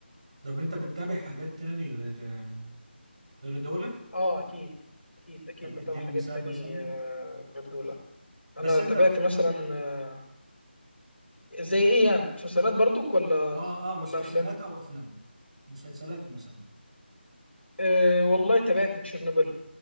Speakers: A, on the right; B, on the left.
A: طب انت بتتابع حاجات تاني غير آه، غير دول
B: اه اكيد اكيد اكيد
A: طب
B: بتابع
A: اديني
B: حاجات
A: مثال
B: تاني
A: مثلا
B: آه، غير دول
A: بس
B: انا
A: انت
B: تابعت مثلا آه، زي ايه يعني مسلسلات برضك ولا
A: اه اه مسلسلات
B: ولا افلام
A: او افلام مسلسلات مثلا
B: أه والله تابعت تشيرنوبل